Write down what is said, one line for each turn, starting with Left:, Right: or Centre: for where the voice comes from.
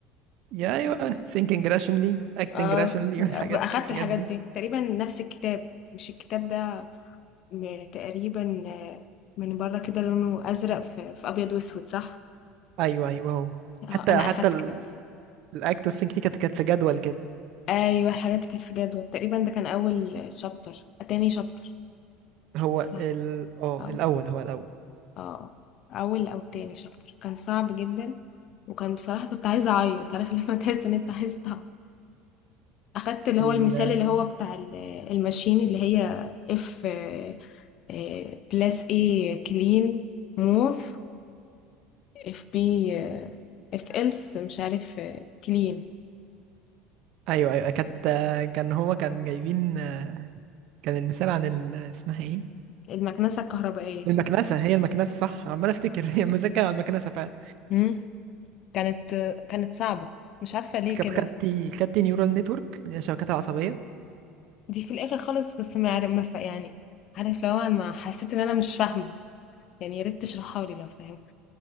Right: يا ايوه ثينكينج راشونلي اكتنج
Left: اه
Right: راشونلي والحاجات
Left: اخدت
Right: الحاجات
Left: الحاجات
Right: دي
Left: دي تقريبا نفس الكتاب مش الكتاب ده م- تقريبا آه، من بره كده لونه ازرق في, في ابيض واسود صح
Right: ايوه ايوه هو
Left: اه
Right: حتى
Left: انا اخدت
Right: حتى
Left: الكتاب ده
Right: الاكت والسينك دي كانت كانت في جدول كده
Left: ايوه الحاجات كانت في جدول تقريبا ده كان اول شابتر تاني شابتر
Right: هو
Left: صح
Right: ال اه
Left: آه.
Right: الاول هو الاول
Left: آه، أول أو تاني شابتر كان صعب جدًا، وكان بصراحة كنت عايزة أعيّط، عارف لمّا <laughs> تحس إن أنت عايز تعيّط، أخدت اللي هو
Right: ال...
Left: المثال
Right: آه،
Left: اللي هو بتاع ال الماشين اللي هي F آآ plus A clean move FB FLs مش عارف آه، clean
Right: ايوه ايوه كانت آه، كان هو كان جايبين آه، كان المثال عن ال... اسمها ايه
Left: المكنسة الكهربائية،
Right: المكنسه هي المكنسه صح عمال افتكر <laughs> هي المثال كان على المكنسه فعلا
Left: إمم، كانت كانت صعبة، مش عارفة ليه
Right: كانت
Left: كده،
Right: خدتي خدتي نيورال نتورك اللي هي الشبكات العصبيه
Left: دي في الآخر خالص بس ما عر ما ف يعني عارف اللي هو أنا ما حسيت إن أنا مش فاهمة، يعني يا ريت تشرحها لي لو فاهم